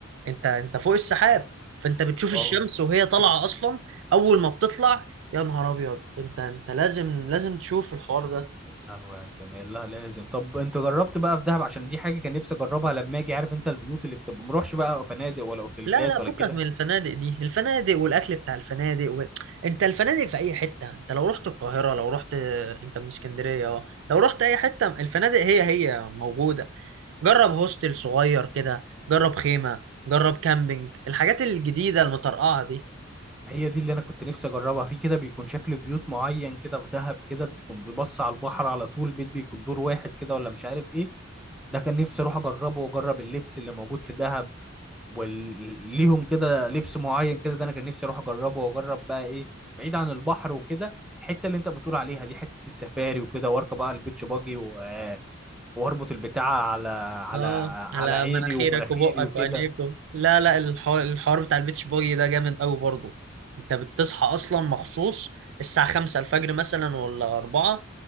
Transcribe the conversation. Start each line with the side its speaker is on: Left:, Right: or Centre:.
Right: انت انت فوق السحاب فانت بتشوف الشمس
Centre: أه
Right: وهي طالعة اصلا اول ما بتطلع يا نهار ابيض انت انت لازم لازم تشوف الحوار ده
Centre: يا لهوي على الجمال لا لازم طب أنت جربت بقى في دهب عشان دي حاجة كان نفسي أجربها لما أجي عارف أنت البيوت اللي بتبقى مروحش بقى فنادق ولا أوتيلات
Right: لا لا فكك
Centre: ولا كده
Right: من الفنادق دي الفنادق والاكل بتاع الفنادق و... انت الفنادق في اي حتة انت لو رحت القاهرة لو رحت انت من اسكندرية اه لو رحت اي حتة الفنادق هي هي موجودة جرب هوستل صغير كده جرب خيمة جرب كامبينج الحاجات الجديدة المطرقعة دي
Centre: هي دي اللي أنا كنت نفسي أجربها في كده بيكون شكل بيوت معين كده في دهب كده بتكون ببص على البحر على طول بيت بيكون دور واحد كده ولا مش عارف إيه ده كان نفسي اروح اجربه واجرب اللبس اللي موجود في دهب وليهم كده لبس معين كده ده انا كان نفسي اروح اجربه واجرب بقى ايه بعيد عن البحر وكده الحته اللي انت بتقول عليها دي حته السفاري وكده واركب بقى البيتش باجي و- واربط البتاعه على على
Right: اه على
Centre: على عيني
Right: مناخيرك
Centre: ومناخيري
Right: وبقك
Centre: وكده
Right: وعينيك و- لا لا الحوار, الحوار بتاع البيتش باجي ده جامد قوي برضه انت بتصحى اصلا مخصوص الساعة خمسة الفجر مثلا ولا أربعة